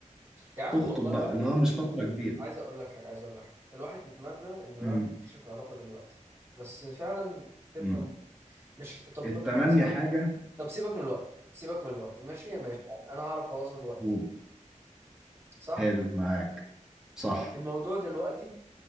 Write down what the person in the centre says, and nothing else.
تخطب
بقى
اللي
هو مش فترة كبيرة
امم
امم
التمني
حاجة
و-
حلو معاك صح